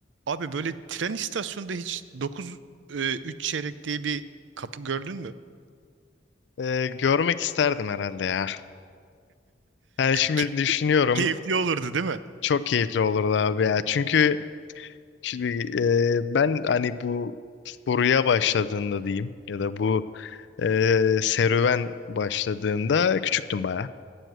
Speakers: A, on the right; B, on the left.
A: Abi böyle tren istasyonunda hiç 9 e, 3 çeyrek diye bir kapı gördün mü?
B: Ee, görmek isterdim herhalde ya. Yani şimdi
A: Key-
B: düşünüyorum
A: Keyifli olurdu değil mi?
B: çok keyifli olurdu abi ya. Çünkü şimdi e, ben hani bu furuya başladığında diyeyim ya da bu e, serüven başladığında küçüktüm baya.